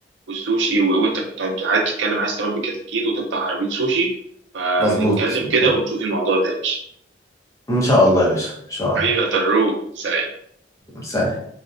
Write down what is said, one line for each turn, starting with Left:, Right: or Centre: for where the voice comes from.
Right: والسوشي و- وانت كنت قاعد تتكلم عايز تربي كتاكيت وتفتح عربيه سوشي فنتكلم
Left: مظبوط مظبوط
Right: كده ونشوف الموضوع ده يا باشا
Left: ان شاء الله يا باشا ان شاء
Right: حبيبي
Left: الله
Right: يا طروق سلام
Left: سلام